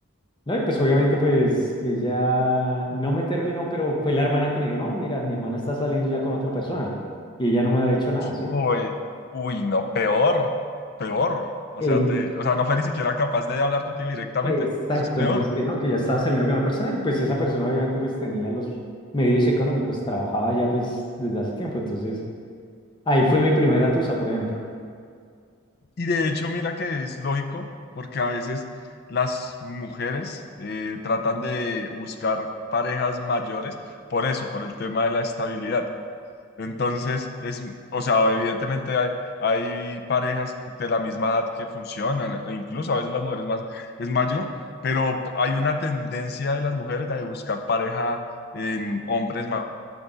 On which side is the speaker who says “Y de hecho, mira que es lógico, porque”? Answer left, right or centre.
Left